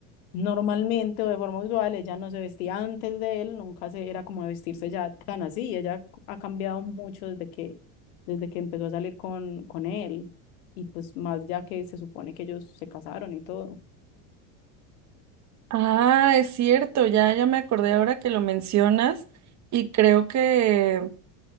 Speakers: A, on the left; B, on the right.
A: Normalmente o de forma usual, ella no se vestía antes de él, nunca se, era como de vestirse ya tan así. Ella ha cambiado mucho desde que, desde que empezó a salir con, con él. Y pues más ya que se supone que ellos se casaron y todo.
B: Ah, es cierto, ya, ya me acordé ahora que lo mencionas y creo que,